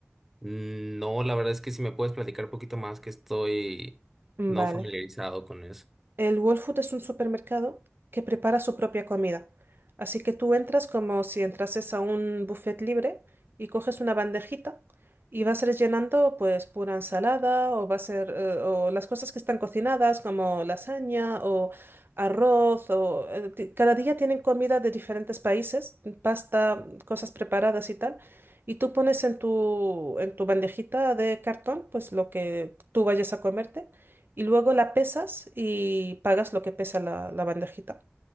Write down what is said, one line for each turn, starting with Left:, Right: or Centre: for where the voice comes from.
Centre: Mm, No, la verdad es que si me puedes platicar un poquito más, que estoy
Right: Vale.
Centre: no familiarizado con eso.
Right: El Whole Food es un supermercado que prepara su propia comida. Así que tú entras como si entrases a un buffet libre y coges una bandejita y vas rellenando pues pura ensalada o va a ser eh, o las cosas que están cocinadas como lasaña o arroz o eh, ti- cada día tienen comida de diferentes países, pasta, cosas preparadas y tal. Y tú pones en tu, en tu bandejita de cartón pues lo que tú vayas a comerte y luego la pesas y pagas lo que pesa la, la bandejita.